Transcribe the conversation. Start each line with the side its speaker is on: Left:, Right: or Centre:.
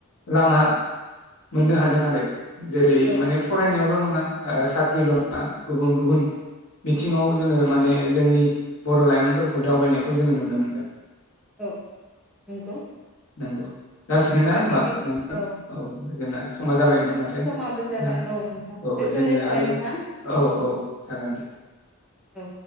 Left: लामा मोननो हादों आरो। जेरै
Centre: औ
Left: माने फरायनायावल' न ङा ओ साख्रिल' नङा गुबुन गुबुन बिथिङाव जोङो माने जोंनि बर' लाइमोनफोरखौ दावबायनायखौ जोङो नुनो मोन्दों।
Centre: औ नंगौ।
Left: नंगौ जासिगोन ना
Centre: दा
Left: होमबा
Centre: बिदि
Left: नोंथां
Centre: औ
Left: औ? जोंना समा जाबायमोन माथो
Centre: समाबो जाबाय
Left: दा
Centre: औ नोंथां
Left: औ
Centre: गोजोननाय
Left: जोङो
Centre: थाबाय
Left: आरो
Centre: नोंथां
Left: औ औ जागोन दे
Centre: औ